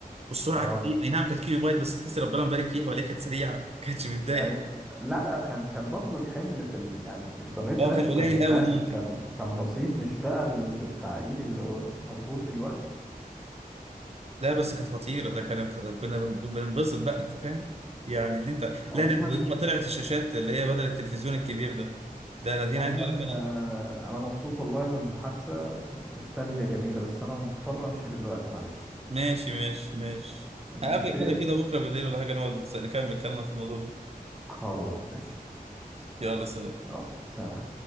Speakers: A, on the right (about 45°); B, in the centre.
A: والسرعه
B: اه
A: كانت ايه اي نعم كانت كيلو بايت بس تحس ربنا مبارك فيها ولا هي كانت سريعه ما كانتش بتضايقك
B: أيوة. لا لا كان كان برضو الحمل في ال... يعني الإنترنت
A: اه
B: نفسه
A: كان قليل
B: كان
A: قوي
B: سهل
A: ممكن
B: كان كان بسيط مش بقى ال- بالتعقيد اللي هو موجود دلوقتي
A: لا بس كانت خطيرة ده كان كنا بن- بننبسط بقى انت فاهم يعني اللي انت
B: عموما
A: لا لا ويوم ما طلعت الشاشات اللي هي بدل التلفزيون الكبير ده ده انا دي انا
B: عموما
A: عايز اقول لك انا
B: آه، أنا مبسوط والله بالمحادثة آه، نوستالجيا جميلة بس أنا مضطر أمشي دلوقتي معلش
A: ماشي ماشي ماشي
B: ماشي
A: هقابلك كده كده بكرة بالليل ولا حاجة نقعد نتس- نكمل كلامنا في الموضوع ده
B: خلاص ماشي
A: يلا سلام
B: يلا سلام